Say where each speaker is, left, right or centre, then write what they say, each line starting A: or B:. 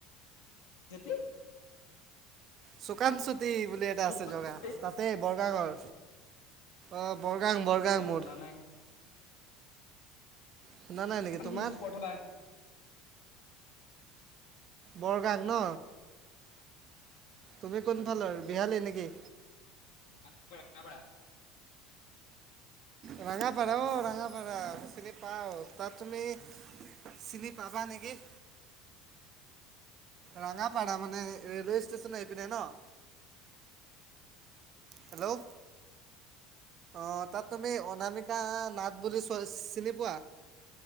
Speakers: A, on the left; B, on the right.
A: <unintelligible>
B: চুকান চুতি বুলি এটা
A: মোৰ
B: আছে
A: ফোন
B: জগা তাতে বৰগা ঘৰ। অ' বৰগাং বৰগাং
A: অ
B: মোৰ।
A: শুনা নাই
B: শুনা নাই নেকি?
A: আজি
B: তোমাৰ?
A: শুনিছো প্ৰথমবাৰ
B: বৰগাং ন? তুমি কোনফালৰ বিহালীৰ নেকি?
A: <unintelligible> ৰাঙাপাৰা। <inaudible>
B: ৰাঙাপাৰা অ ৰাঙাপাৰা চিনি পাওঁ। ‌ তাত তুমি চিনি পাবা নেকি? ৰঙাপাৰা মানে ৰেলৱে ষ্টেচন সেইপিনে ন? হেল্ল'। অ' তাত তুমি অনামিকা নাথ বুলি চৱাল চিনি পোৱা?